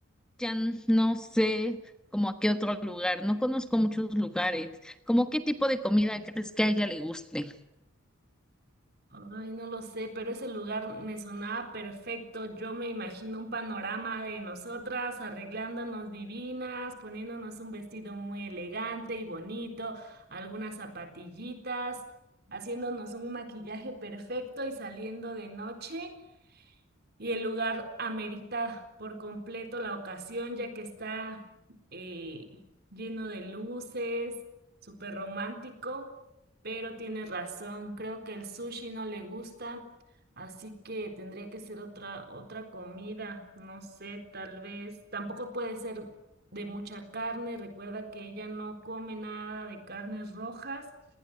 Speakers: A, in the centre; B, on the right (about 50°).
A: Ya no sé como a qué otro lugar, no conozco muchos lugares, como qué tipo de comida crees que a ella le guste.
B: Ay, no lo sé, pero ese lugar me sonaba perfecto. Yo me imagino un panorama de nosotras arreglándonos divinas, poniéndonos un vestido muy elegante y bonito, algunas zapatillitas, haciéndonos un maquillaje perfecto y saliendo de noche y el lugar amerita por completo la ocasión, ya que está eh, lleno de luces, súper romántico, pero tienes razón, creo que el sushi no le gusta, así que tendría que ser otra, otra comida, no sé, tal vez, tampoco puede ser de mucha carne, recuerda que ella no come nada de carnes rojas.